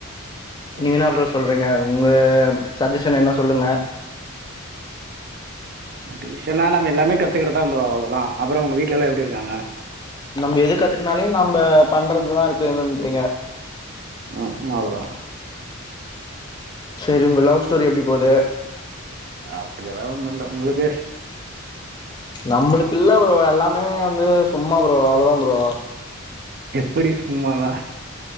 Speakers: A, on the left (about 20°); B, on the right (about 45°).
A: நீங்க
B: ஓகே
A: என்ன ப்ரோ சொல்றீங்க உங்க சஜஷன் என்ன சொல்லுங்க
B: டீஸ்னா நம்ம எல்லாமே கத்துகறதா ப்ரோ அவ்ளோதா அப்புறம் உங்க வீட்ல எல்லாம் எப்டி இருக்காங்க
A: நம்ம எது கத்துக்குனாலியும் நம்ப பண்றதுதா இருக்குன்னுன்றீங்க
B: ம் அவ்ளோதா
A: செரி உங்க லவ் ஸ்டோரி எப்டி போது
B: அப்டி எல்லா ஒண்ணும் இல்ல உங்களுக்கு
A: நம்பளுக் இல்ல ப்ரோ எல்லாமே வந்து சும்மா ப்ரோ அவ்ளோதா ப்ரோ
B: அப்டி சும்மாதா